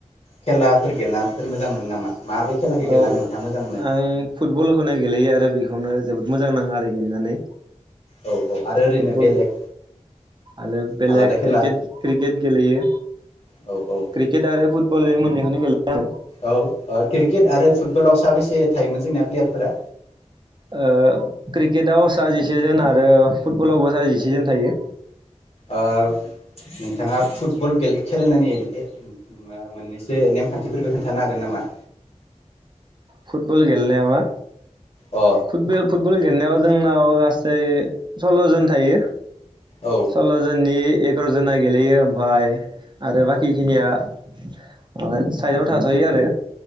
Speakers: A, on the left; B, on the right.
A: खेलाफोर गेलेनाफोर मोजां मोनो नामा? माबे खेलाखौ गेलेना
B: औ
A: नोंथाङा मोजां मोनो
B: आं फुटबलखौनो गेलेयो आरो बेखौनो जोबोद मोजां नाङो आरो गेलेनानै
A: औ औ आरो ओरैनो
B: फुटबल
A: बेलेग
B: आरो बेलेग
A: आलादा खेला
B: क्रिकेट क्रिकेट गेलेयो
A: औ औ
B: क्रिकेट आरो फुटबल बे मोननैखौनो गेलेयो आं।
A: औ ओ क्रिकेट आरो फुटबलाव साबेसे थायोमोन जोंना प्लेयारफोरा?
B: ओ क्रिकेटाव सा जिसेजोन आरो फुटबलावबो सा जिसेजोन थायो।
A: ओ नोंथाङा फुटबले गेले खेलेनायनि ओ मोननैसो नेमखान्थिफोरखौ खोनथानो हागोन नामा?
B: फुटबल गेलेनायाव ना
A: अ औ
B: फुटबेल फुटबल गेलनायाव जोंनाव गासै सै सल्ल' जन थायो।
A: औ
B: सल्ल' जोननि एगार' जना गेलेयो ओमफ्राय आरो बाकि खिनिया ओमफाय साइडआव थाजायो आरो।